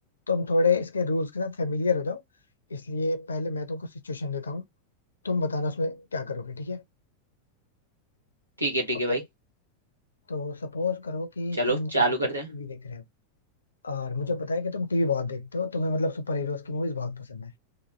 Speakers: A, on the left; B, on the right.
A: तुम थोड़े इसके रूल्स के साथ फेमिलियर हो जाओ इसलिए पहले मैं तुमको सिचुएशन देता हूँ तुम बताना उसमें क्या करोगे ठीक है
B: ठीक है ठीक
A: ओके
B: है भाई
A: तो सपोज करो कि
B: चलो
A: तुम
B: चालू
A: किसी दिन
B: करते
A: टीवी
B: हैं
A: देख रहे हो और मुझे पता है कि तुम टीवी बहुत देखते हो तुम्हें मतलब सुपर हीरोज की मूवीज बहुत पसंद है